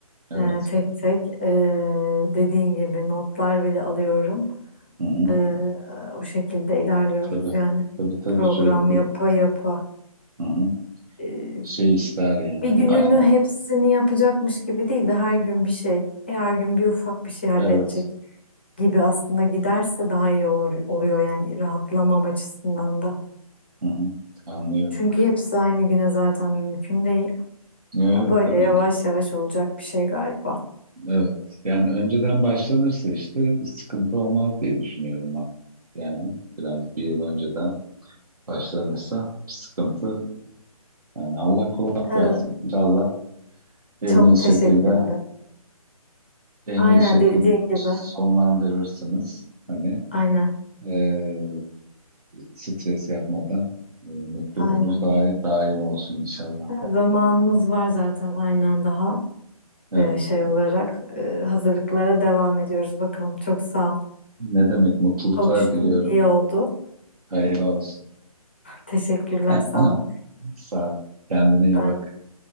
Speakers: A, on the right; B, on the left.
A: Evet.
B: e, tek tek e, dediğin gibi notlar bile alıyorum.
A: Hı hı.
B: E, o şekilde ilerliyoruz
A: Tabii.
B: yani.
A: Tabii tabii
B: Program
A: sürekli.
B: yapa yapa.
A: Hı hı.
B: E,
A: Şey ister yani
B: bir gününü
A: bir ajan.
B: hepsini yapacakmış gibi değil de her gün bir şey, e, her gün bir ufak bir şey halledecek
A: Evet.
B: gibi aslında giderse daha iyi olur oluyor yani rahatlamam açısından da.
A: Hı hı, anlıyorum.
B: Çünkü hepsi aynı güne zaten mümkün değil.
A: Yok
B: Ya
A: yok
B: Böyle
A: tabii
B: yavaş
A: ki.
B: yavaş olacak bir şey galiba.
A: Evet. Yani önceden başlanırsa işte bir sıkıntı olmaz diye düşünüyorum ben. Yani biraz bir yıl önceden başlanırsa bir sıkıntı. Yani Allah kolaylık
B: Evet,
A: versin. İnşallah en
B: çok
A: iyi şekilde
B: teşekkürler.
A: en
B: Aynen
A: iyi şekilde
B: dediğin gibi.
A: sonlandırırsınız. Hani
B: Aynen.
A: eee stres yapmadan eee, mutluluğunuz
B: Aynen.
A: daim, daim olsun inşallah.
B: Zamanımız var zaten aynen daha
A: Evet.
B: e, şey olarak e, hazırlıklara devam ediyoruz bakalım. Çok sağ ol.
A: Ne demek mutluluklar
B: Konuştum,
A: diliyorum.
B: iyi oldu.
A: Hayırlı olsun.
B: Teşekkürler,
A: <clears throat>
B: sağ ol.
A: Sağ ol. Kendine iyi
B: Ben
A: bak.